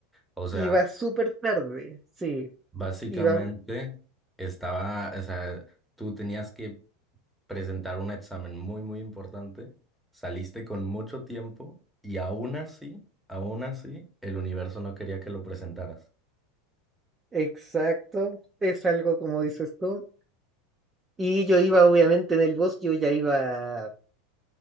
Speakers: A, in the centre; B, on the right.
A: O sea,
B: iba súper tarde, sí,
A: básicamente
B: iba,
A: estaba, o sea, tú tenías que presentar un examen muy, muy importante, saliste con mucho tiempo y aún así, aún así, el universo no quería que lo presentaras.
B: exacto, es algo como dices tú. Y yo iba obviamente en el bus, yo ya iba